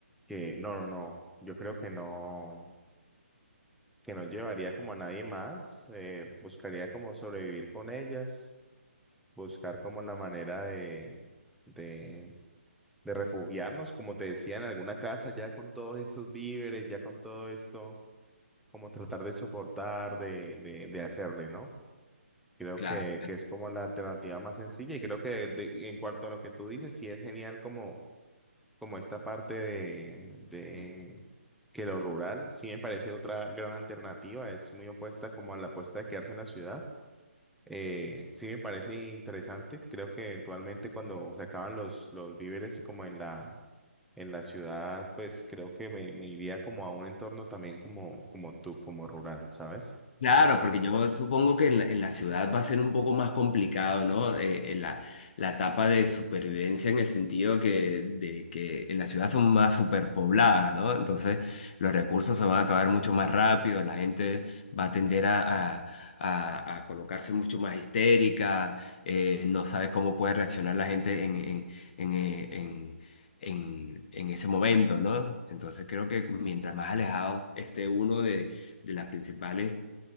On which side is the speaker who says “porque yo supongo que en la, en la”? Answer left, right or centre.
Left